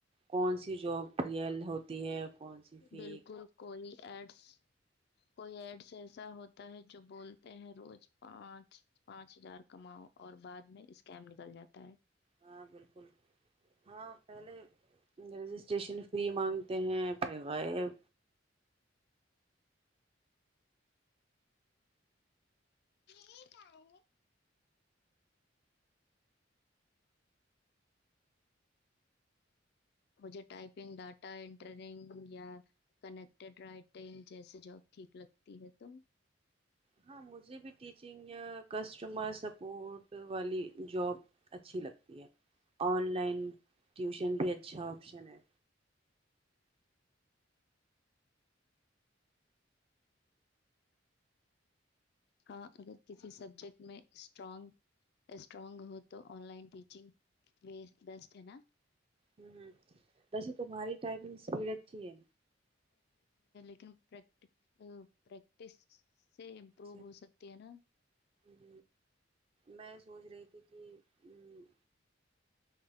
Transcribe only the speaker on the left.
بالکل کوئی ایڈس کوئی ایڈس ایسا ہوتا ہے جو بولتے ہیں روز پانچ پانچ ہزار کماؤ اور بعد میں اسکیم نکل جاتا ہے
یہ کا ہے مجھے ٹائپنگ ڈاٹا انٹرنگ یا کنیکٹیڈ رائٹنگ جیس جاب ٹھیک لگتی ہے تم
ہاں اگر کسی سبجیکٹ میں اسٹرانگ اسٹرانگ ہو تو آن لائن ٹیچنگ بھی بیسٹ ہے نا
ل پر پریکٹس سے امپروو
ہو سکتی ہے نا